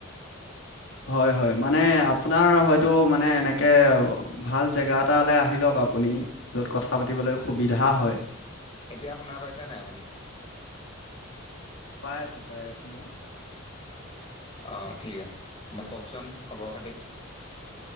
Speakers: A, on the left; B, on the left.
A: হয়', - হয়', মানে আপোনাৰ হয়তো মানে এনেকে অহ', ভাল জেগা এটালৈ আহি লওঁক', আপুনি, য'ত কথা পাতিবলৈ সুবিধা হয়',
B: এতিয়া শুনা পাইছে নাই আপুনি?
A: পাই আছোঁ - পাই আছোঁ মই',
B: অহ', ঠিক আছে, মোক কওঁকচোন খবৰ খাতি',